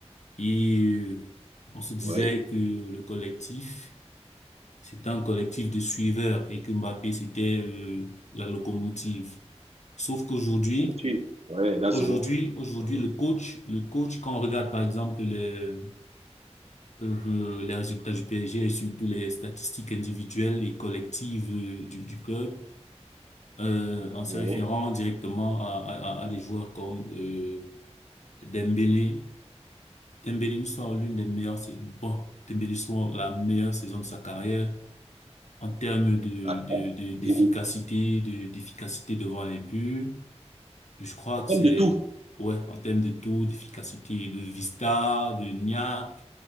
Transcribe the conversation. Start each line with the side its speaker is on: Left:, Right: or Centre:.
Left: et euh, on se disait
Right: Ouais.
Left: que le collectif c'était un collectif de suiveurs et que Mbappé c'était euh, la locomotive. Sauf qu'aujourd'hui
Right: Tu- Ouais, that's
Left: Aujourd'hui,
Right: the one.
Left: aujourd'hui,
Right: Mhm.
Left: le coach, le coach, quand on regarde par exemple les, euh, les résultats du PSG et surtout les statistiques individuelles et collectives euh, du, du club, euh, en se
Right: Ouais.
Left: référant directement à, à, à à des joueurs comme euh, Dembélé, Dembélé nous sort l'une des meilleures, sais- bon, Dembélé sort la meilleure saison de sa carrière en termes de,
Right: Attends.
Left: de, de- d'efficacité,
Right: Et
Left: de, d'efficacité devant les buts. Et Je crois
Right: en
Left: que
Right: termes
Left: c'est,
Right: de tout.
Left: ouais, en termes de taux d'efficacité, de Vista, de NIAC,